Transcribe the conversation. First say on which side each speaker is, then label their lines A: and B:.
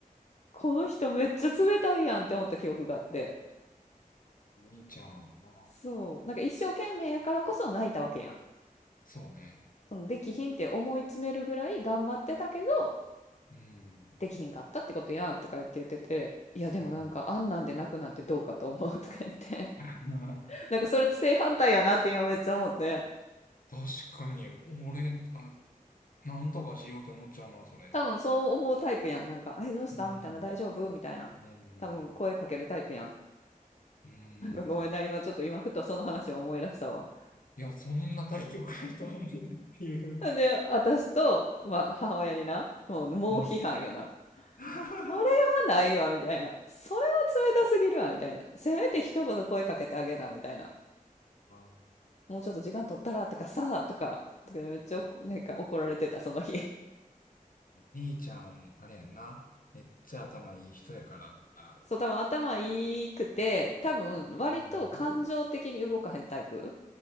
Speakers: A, on the left (about 50°); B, on the left (about 70°).
A: この人めっちゃ冷たいやんって思った記憶があって
B: 兄ちゃん、ああ、
A: そうなんか一生懸命やからこそ泣いたわけやん
B: そうね。
A: そのできひんって思い詰めるぐらい頑張ってたけど
B: うん、
A: できひんかったってことやんとか言って言ってていやでもなんかあんなんで泣くなんてどうかと思うとか言って
B: うん。<laughs>
A: <laughs> なんかそれと正反対やなって今めっちゃ思って
B: 確かに、俺、あ、なんとかしようって思っちゃうな、それ。
A: 多分そう思うタイプやんなんか「えどうした?」みたいな「大丈夫?」みたいな多分声かけるタイプやん
B: うん、うん、うん。
A: なんかごめんな今ちょっと今ふとその話を思い出したわ
B: いや、そんな大局ないと思うっていう。
A: で、私と、まあ、母親にな、もう、猛批判よな。
B: うん。<laughs>
A: それは
B: あ
A: ないわ、みたいな。それは冷たすぎるわ、みたいな。せめて一言声かけてあげな、みたいな。
B: あ
A: もうちょっと時間取ったら、とかさ、とか、とかめっちゃ怒なんか怒られてた、その日。
B: 兄ちゃん、あれやんな。めっちゃ頭いい人やから。
A: そう、多分頭いいくて、多分割と感情的に動かへんタイプ
B: うん。